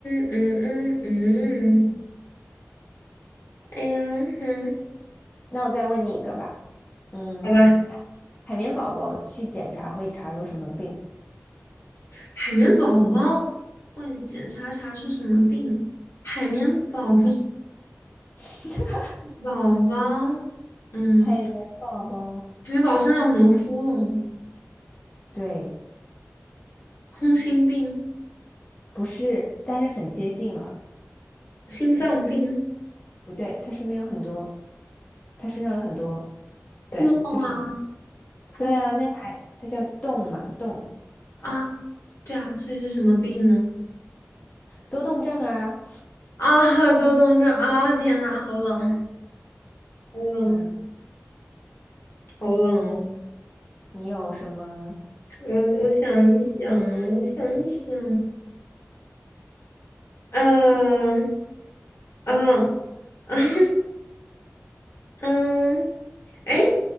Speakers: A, on the left; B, on the left.
A: 嗯嗯嗯嗯，哎呀，嗯，
B: 那我再问你一个吧。嗯，
A: 好吧。
B: 海海绵宝宝去检查会查出什么病？
A: 海绵宝宝，或者检查查出什么病？海绵宝宝，
B: <laughs>
A: 宝宝，嗯，
B: 海绵宝宝，
A: 海绵宝宝身上有很多窟窿，
B: 对，
A: 空心病、
B: 不是，但是很接近了。
A: 心脏病。
B: 不对，它身边有很多，它身上有很多，
A: 窟窿啊，
B: 对，就是。
A: 窟窿
B: 对啊，那还它叫动嘛，动
A: 啊，对啊，所以是什么病呢？
B: 多动症啊。
A: 啊，多动症啊！天呐，好冷，好冷，
B: 嗯，
A: 好冷哦！
B: 你有什么？
A: 我我想一想，我想一想，嗯嗯 <laughs> 嗯，哎，